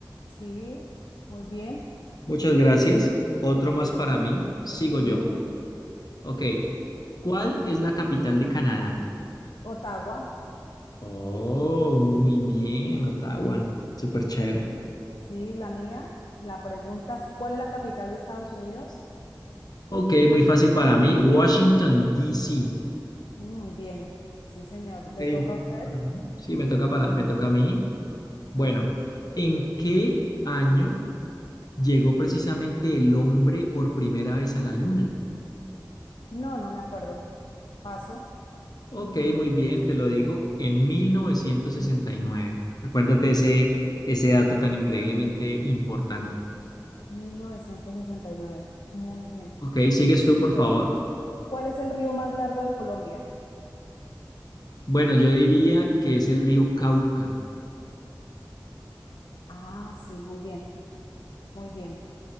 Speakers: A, on the left; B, on the left.
A: Sí, muy bien,
B: Muchas gracias. Otro más para mí. Sigo
A: sí,
B: yo.
A: muy bien.
B: Ok. ¿Cuál es la capital de Canadá?
A: Ottawa,
B: Oh, muy bien, Ottawa. Súper chévere.
A: sí, la mía. La pregunta es, ¿cuál es la capital de Estados Unidos?
B: Ok, muy fácil para mí. Washington, D.C.
A: Muy bien, sí, señor.
B: Ok,
A: ¿Le
B: 24,
A: toca a usted?
B: ¿no? Sí, me toca para, me toca a mí. Bueno, ¿en qué año llegó precisamente el hombre por primera vez a la luna?
A: No, no me acuerdo. Paso,
B: Ok, muy bien, te lo digo, en 1969. Acuérdate ese, ese dato tan increíblemente importante.
A: 1969. Muy bien.
B: Ok, sigues tú, por
A: Bueno,
B: favor.
A: ¿cuál es el río más largo de Colombia?
B: Bueno, yo diría que es el río Cauca.
A: Ah, sí, muy bien, muy bien.